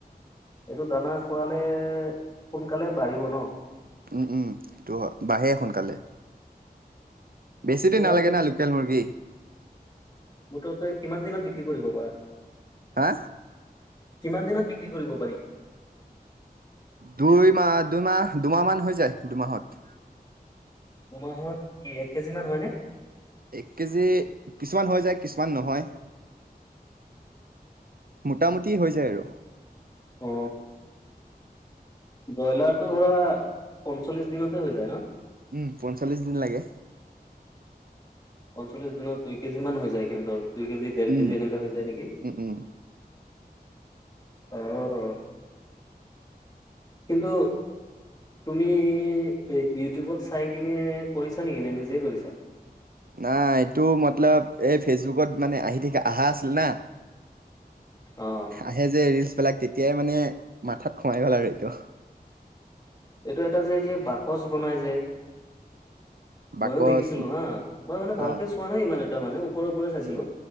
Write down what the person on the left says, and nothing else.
এইটো দানা খোৱালে সোনকালে বাঢ়িব ন
তোমাৰ
এইটো
মটৰ তে কিমান দিনত বিক্ৰী কৰিব পাৰা।
কিমান দিনত বিক্ৰী কৰিব পাৰি।
দুমাহত কি এক কেজি মান হয়নে।
অ ব্ৰইলাৰটো ধৰা পঞ্চল্লিশ দিনতে হৈ যায় ন'।
পঞ্চল্লিছ দিনত দুই কেজি মমান হৈ যায় সিহঁতৰ দুই কেজি ডৰ
কেজি এনেকুৱা হৈ যায় নেকি।
অ', কিন্তু তুমি এই ইউটিউবত চাই কিনে কৰিছা নেকি নে নিজেই কৰিছা?
অ',
এইটো এটা যোয় যে বাকচ বনাই যে
ময়ো দেখিছিলো হা মই মানে ভালকে
চোৱা নাই ইমান এটা মানে ওপৰে ওপৰে চাইছিলোঁ।